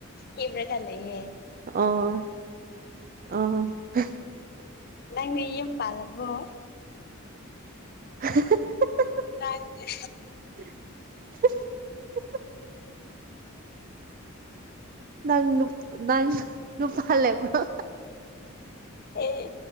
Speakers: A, on the left; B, on the right.
A: ꯍꯤꯞꯂꯒ ꯂꯩꯌꯦ
B: ꯑꯣ ꯑꯣ ꯍꯦꯍꯦ
A: ꯅꯪꯗꯤ ꯌꯨꯝ ꯄꯥꯜꯂꯕꯣ
B: ꯍꯥ ꯍꯥ ꯍꯥ ꯍꯨ ꯍꯨ
A: ꯅꯥꯟꯅꯤ
B: ꯍꯨ ꯏꯍꯨ ꯍꯨ ꯅꯪ ꯅꯨꯞ ꯅꯪ ꯅꯨꯨꯄꯥ ꯂꯩꯕ꯭ꯔꯣ
A: ꯑꯦ